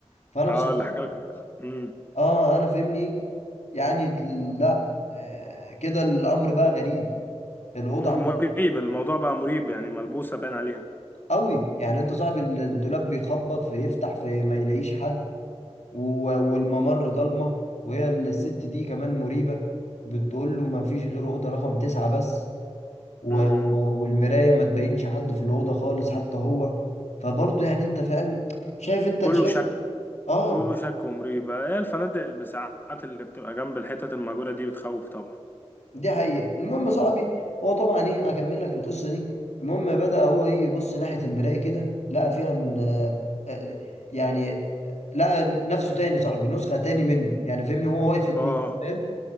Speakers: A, on the left; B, on the left.
A: فانا
B: اه
A: بصراحه
B: اللي حكى لك امم
A: اه انا فهمني ايه يعني ال- لا آه كده الامر بقى غريب الاوضه
B: م-
A: عماله
B: مريب الموضوع بقى مريب يعني ملبوسة باين عليها
A: قوي يعني انت صاحب ال- الدولاب بيخبط فيفتح فما يلاقيش حد و... والممر ضلمه وهي الست دي كمان مريبه بتقول له ما فيش غير اوضه رقم تسعة بس و...
B: امم
A: و... والمراية ما تبينش حد في الأوضة خالص حتى هو فبرضه يعني انت فاهم شايف انت
B: كله
A: شايف
B: شك
A: انت اه
B: كله شك ومريب هي الفنادق بساعات اللي بتبقى جنب الحتت المأجورة دي بتخوف طبعا
A: دي حقيقة المهم يا صاحبي هو طبعا ايه اكمل لك القصة دي المهم بدأ هو ايه يبص ناحية المراية كده لقى فيها ان آه، آه، يعني آه، لقى نفسه تاني يا صاحبي نسخة تاني منه يعني فهمني هو واقف اتنين
B: اه
A: فاهم